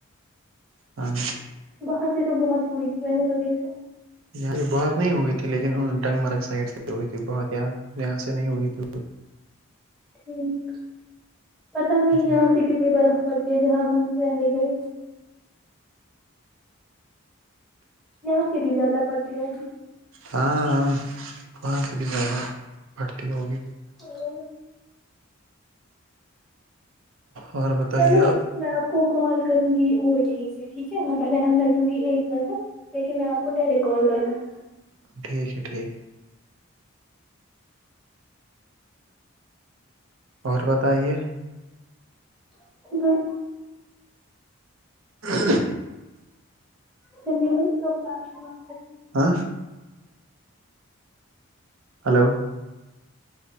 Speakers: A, on the right; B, in the centre.
A: ہاں
B: وہاں سے تو بہت ہوئی تھی میں نے تو دیکھا
A: یہاں پ بہت نہیں ہوئی تھی لیکن ڈنگ مرگ سائڈ سے ہوئی تھی بہت یہ یہاں سے نہیں ہوئی تھی
B: ٹھیک پتا نہیں
A: جی
B: یہاں سے کتنی برخ پڑتی ہے جہاں ہم رہنے گئے یہاں سے بھی زیادہ پڑتی ہے
A: ہاں ہاں وہاں سے بھی زیادہ بڑھتی ہوگی
B: اور
A: اور بتائیے
B: چلو
A: آپ
B: میں آپ کو کال کروں گی وہ یہیں سے ٹھیک ہے میں پہلے اندر دوں گی ایک نظر لیکن میں آپ کو ڈائریکٹ کال کروںا
A: ٹھیک ہے ٹھیک اور بتائیے
B: گی
A: ہاں
B: چلی تو بدمی
A: ہاں ہلو